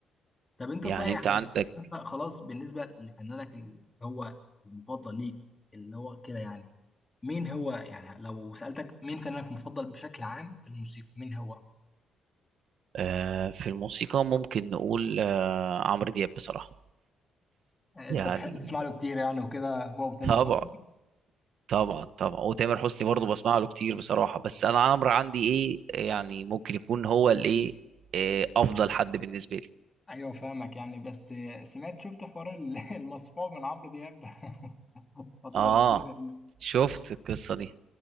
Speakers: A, on the left; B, on the right.
A: طب انت
B: يعني
A: صحيح
B: انت
A: يعني
B: عندك
A: انت خلاص بالنسبه لفنانك اللي هو المفضل ليك اللي هو كده يعني مين هو يعني لو سالتك مين فنانك المفضل بشكل عام في الموسيقى مين هو
B: آه، في الموسيقى ممكن نقول آه، عمرو دياب بصراحة
A: يعني
B: يعني
A: انت بتحب تسمع له كتير يعني وكده هو وتامر
B: طبعا
A: حسني
B: طبعا طبعا وتامر حسني برضه بسمع له كتير بصراحة بس انا عمرو عندي ايه يعني ممكن يكون هو الايه إيه، افضل حد بالنسبة لي
A: ايوه فاهمك يعني بس سمعت شفت حوار ال- <laughs> المصفوع من عمرو دياب <laughs> الفتره
B: اه
A: الاخيره دي
B: شفت القصة دي